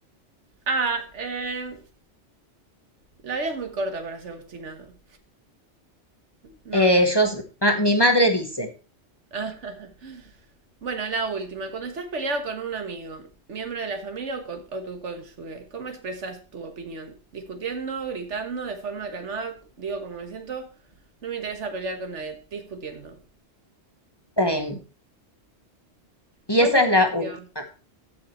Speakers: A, on the right; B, on the left.
A: Ah, eh, la vida es muy corta para ser obstinado. No,
B: Eh, yo, s- ma- mi madre dice,
A: Ah, <laughs> Bueno, la última. Cuando estás peleado con un amigo, miembro de la familia o, con- o tu cónyuge, ¿cómo expresas tu opinión? ¿Discutiendo, gritando, de forma calmada? Digo, como me siento, no me interesa pelear con nadie. Discutiendo.
B: same. Y
A: ¿Cuánto
B: esa es
A: te
B: la
A: salió?
B: última.